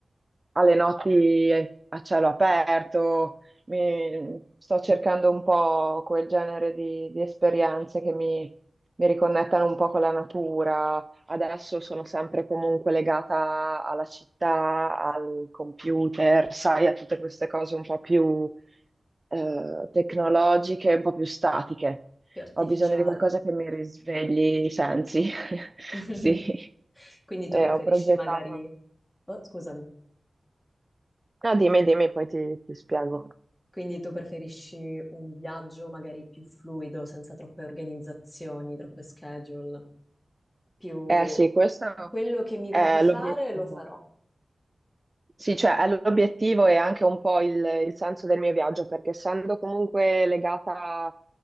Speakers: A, on the right (about 30°); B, on the left (about 15°).
A: alle notti a cielo aperto. Mi- sto cercando un po' quel genere di, di esperienze che mi, mi riconnettano un po' con la natura. Adesso sono sempre comunque legata alla città, al computer, sai, a tutte queste cose un po' più eh, tecnologiche, un po' più statiche.
B: più artificiali.
A: Ho bisogno di qualcosa che mi risvegli i sensi. <laughs>
B: <laughs>
A: Sì,
B: Quindi tu
A: Eh,
B: preferisci
A: ho progettato.
B: magari... Oh, scusami.
A: No, dimmi, dimmi, poi ti, ti spiego.
B: Quindi tu preferisci un viaggio magari più fluido, senza troppe organizzazioni, troppe schedule, più
A: Eh sì, questo
B: quello che mi
A: è
B: va di fare
A: l'obiettivo.
B: lo farò.
A: Sì, cioè eh, l'obiettivo è anche un po' il, il senso del mio viaggio, perché essendo comunque legata